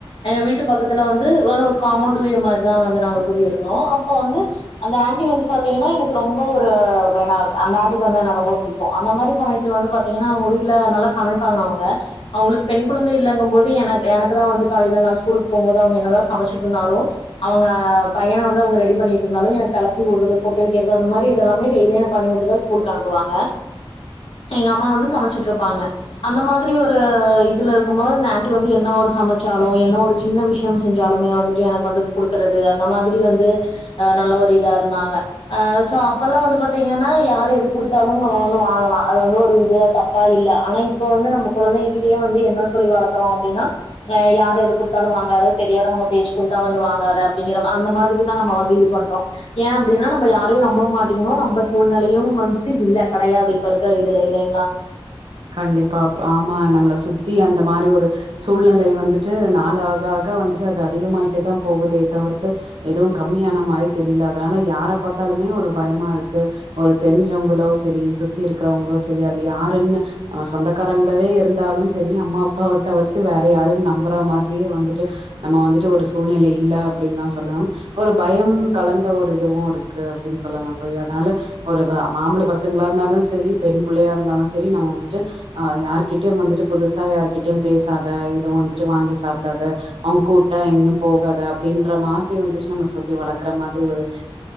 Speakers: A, on the left; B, on the right.
A: எங்க வீட்டு பக்கத்துல வந்து ஒரு காமோண்டு வீடு மாரிதா வந்து நாங்க குடி இருந்தோ அப்போ வந்து அந்த ஆண்ட்டி வந்து பாத்தீங்கன்னா எனக்கு ரொம்ப ஒரு வேணாக் அந்த ஆண்ட்டிக்கு வந்து என்ன ரொம்ப புடிக் அந்த மாரி சமயத்துல வந்து பாத்தீங்னா அவ்ங்க வீட்ல நல்லா சமைப்பாங்க அவுங்க அவுங்ளுக் பெண் குழந்தை இல்லங்கும் போது எனக் எனக்குதா வந்து காலைல நா ஸ்கூலுக் போம்போது அவ்ங்க என்னதா சமைச்சிட்ருந்தாலு அவங்க பையன வந்து அவுங்க ரெடி பண்ணிட்ருந்தாலு எனக் தலசீவி உட்றது பொட்டு வக்கிறது அந்த மாரி இதெலாமே டெய்லியு பண்ணி உட்டுதா ஸ்கூலுக்கு அனுப்புவாங்க எங்க அம்மா வந்து சமச்சிட்ருப்பாங்க அந்த மாதிரி ஒரு இதுலருக்கும்போது இந்த ஆன்ட்டி வந்து என்ன ஒரு சமச்சாலோ என்ன ஒரு சின்ன விஷ்யம் செஞ்சாலுமே வந் எனக் வந்து குடுக்கறது அந்த மாதிரி வந்து அ நல்ல ஒரு இதாருந்தாங்க அ சோ அப்பல்லா வந்து பத்தீங்கன்னா யாரு எது குடுத்தாலு நம்ம வந்து வாங்கலா அது வந்து ஒரு இதே தப் பா இல்ல ஆனா இப்ப வந்து நம்ப கொழந்தைங்ககிட்டயே வந்து என்ன சொல்லி வளக்குறோ அப்டின்னா அ யார் எது குடுத்தாலு வாங்காத தெரியாதவுங்க பேச்சு குடுத்தா வந்து வாங்காத அப்டிங்கிற அந்த மாதிரிதா நம்ம வந்து இது பண்றோ என்னா நம்ப யாரையு நம்ப மாட்டிங்கிறோ நம்ப சூழ்நெலையும் வந்துட்டு இல்ல கெடையாது இப்பருக்கற இதுல இல்லிங்ளா
B: கண்டிப்பா அப் ஆமா நம்ள சுத்தி அந்த மாரி ஒரு சூழ்நிலை வந்துட்டு நாளாக ஆக வந்துட்டு அது அதிகமாயிட்டே தா போகுதே தவிர்த்து எதுவு கம்மியான மாரி தெரில அதனால யார பாத்தாலுமே ஒரு பயமாருக்கு ஒரு தெரிஞ்சவுங்களோ செரி சுத்தி இருக்குறவங்ளோ செரி அது யாருன்னு நம சொந்தக்காரங்ளவே இருந்தாலு செரி அம்மா அப்பாவ தவர்த்து வேற யாரைம் நம்ப்ற மாதிரியே வந்துட்டு நம்ம வந்துட்டு ஒரு சூழ்நிலை இல்ல அப்டின் தா சொல்லும் ஒரு பயம் கலந்த ஒரு இதுவு இருக்கு அப்டின் சொல்லலா தோழி அதனால ஒரு வ ஆம்பள பசங்ளா இருந்தாலு செரி பெண் புள்ளையா இருந்தாலு செரி நம்ம வந்துட்டு அ யார்கிட்டயு வந்துட்டு புதுசா யார்கிட்டயும் பேசாத எதுவும் வந்துட்டு வாங்கி சாப்டாத அவுங் கூட்டா எங்கிம் போகாத அப்டின்ற மாத்ரி வந்துட்டு நம்ம சொல்லி வளக்ற மாதிரி ஒரு